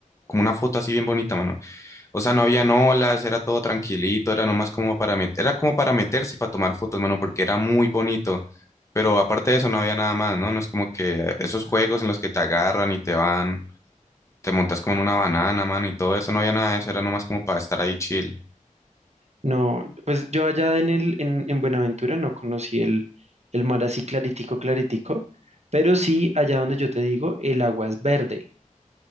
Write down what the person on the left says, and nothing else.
como una foto así bien bonita, mano. O sea, no habían olas, era todo tranquilito, era nomás como para meter, era como para meterse y para tomar fotos, mano, porque era muy bonito. Pero aparte de eso, no había nada más, ¿no? No es como que esos juegos en los que te agarran y te van, te montas como en una banana, mano, y todo eso, no había nada de eso, era nomás como para estar ahí chill.